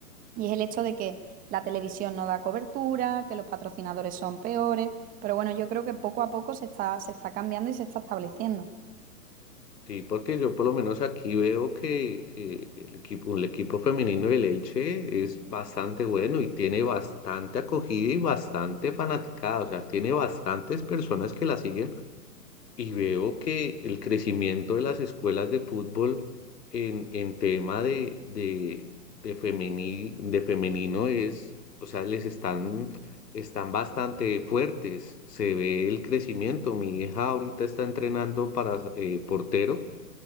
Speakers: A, on the right; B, on the left.
A: y es el hecho de que la televisión no da cobertura, que los patrocinadores son peores, pero bueno, yo creo que poco a poco se está, se está cambiando y se está estableciendo.
B: Sí, porque yo por lo menos aquí veo que eh, el equipo, el equipo femenino del Elche es bastante bueno y tiene bastante acogida y bastante fanaticada. O sea, tiene bastantes personas que la siguen Y veo que el crecimiento de las escuelas de fútbol en, en tema de, de, de, femini- de femenino es, o sea, les están, están bastante fuertes. Se ve el crecimiento. Mi hija ahorita está entrenando para eh, portero